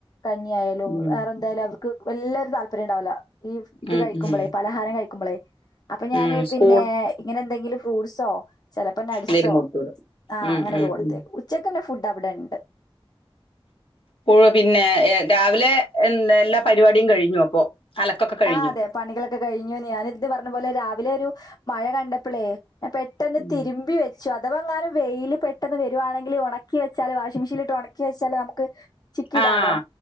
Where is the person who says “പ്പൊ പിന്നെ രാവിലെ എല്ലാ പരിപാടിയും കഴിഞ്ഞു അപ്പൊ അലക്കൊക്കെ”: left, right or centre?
Left